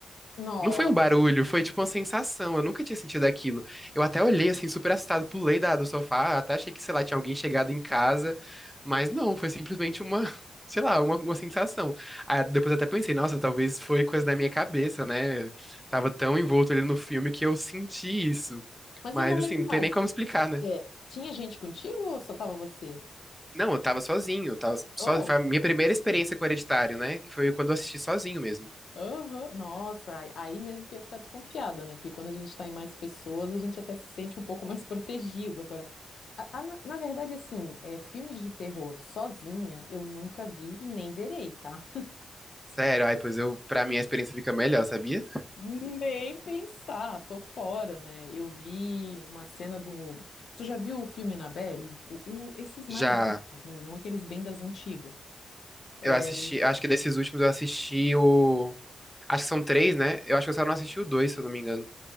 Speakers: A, on the left; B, in the centre.
A: Nossa.
B: Não foi um barulho, foi tipo uma sensação. Eu nunca tinha sentido aquilo. Eu até olhei assim, super assustado, pulei da, do sofá, até achei que, sei lá, tinha alguém chegado em casa. Mas não, foi simplesmente uma, <laughs> sei lá, uma, uma sensação. Aí depois até pensei, nossa, talvez foi coisa da minha cabeça, né? Tava tão envolto ali no filme que eu senti isso.
A: Mas
B: Mas
A: eu não
B: assim,
A: lembro
B: não
A: mais.
B: tem nem como explicar, né?
A: É, tinha gente contigo ou só tava você?
B: Não, eu tava sozinho, eu tava sozinho.
A: Oh,
B: Foi a minha primeira experiência com Hereditário, né? Que foi quando eu assisti sozinho mesmo.
A: aham. Nossa, aí aí mesmo que eu ia ficar desconfiada, né? Porque quando a gente tá em mais pessoas, a gente até se sente um pouco mais <laughs> protegido. Agora, A- a- na, na verdade, assim, é, filmes de terror sozinha eu nunca vi e nem verei, tá?
B: Sério, ai, pois eu, pra mim a experiência fica melhor, sabia?
A: Nem pensar, tô fora, né? Eu vi uma cena do. Tu já viu o filme Annabelle? O, o- esses mais
B: Já
A: últimos, né? Não aqueles bem das antigas. É,
B: Eu assisti, eu acho que desses últimos eu assisti o. Acho que são três, né? Eu acho que eu só não assisti o dois, se eu não me engano.